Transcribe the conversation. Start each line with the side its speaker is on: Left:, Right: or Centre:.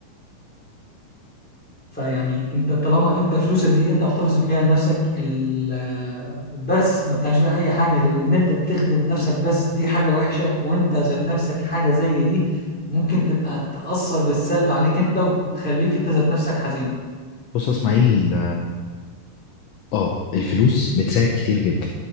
Centre: فيعني انت طالما انت فلوسك دي انت محتفظ بيها لنفسك ال- وبس ما بتعملش بقى اي حاجه غير ان انت تخدم نفسك بس دي حاجه وحشه وانت ذات نفسك حاجه زي دي ممكن تبقى تأثر بالسلب عليك انت وتخليك انت ذات نفسك حزين
Left: بص يا اسماعيل اه الفلوس بتساعد كتير جدا